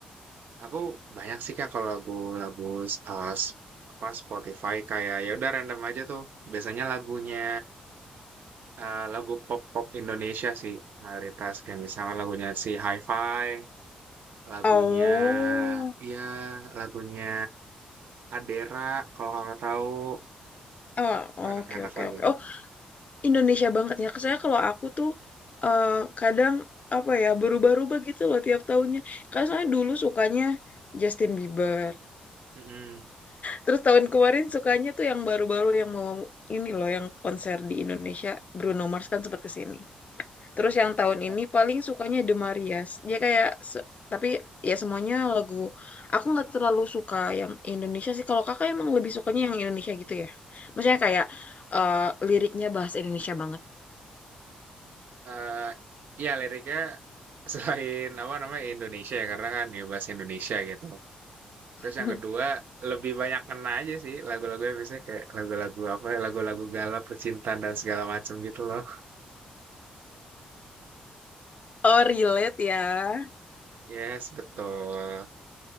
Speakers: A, on the right (about 60°); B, on the left (about 45°).
A: Aku banyak sih Kak kalau lagu-lagu uh, s- apa Spotify kayak ya udah random aja tuh. Biasanya lagunya uh, lagu pop-pop Indonesia sih mayoritas kayak misalnya lagunya si Hi-Fi, lagunya
B: Oh,
A: ya lagunya Adera kalau kakak tahu
B: oh,
A: itu enak-enak
B: oke oke
A: lagunya.
B: oke. oh Indonesia banget ya. Saya kalau aku tuh eh, kadang apa ya berubah-ubah gitu loh tiap tahunnya. Karena soalnya dulu sukanya Justin Bieber.
A: Mm-mm.
B: Terus tahun kemarin sukanya tuh yang baru-baru yang mau ini loh yang konser di Indonesia Bruno Mars kan sempat kesini. Terus yang tahun
A: Oh,
B: ini paling sukanya The Marias. Dia kayak se- tapi ya semuanya lagu aku nggak terlalu suka yang Indonesia sih. Kalau kakak emang lebih sukanya yang Indonesia gitu ya. Maksudnya kayak eh, liriknya bahasa Indonesia banget.
A: eh, ya liriknya <laughs> selain apa namanya Indonesia ya karena kan ya bahasa Indonesia gitu. Terus
B: <laughs>
A: yang kedua lebih banyak kena aja sih lagu-lagunya biasanya kayak lagu-lagu apa ya, lagu-lagu galau percintaan dan segala macem gitu loh.
B: Oh, relate ya.
A: Yes, betul.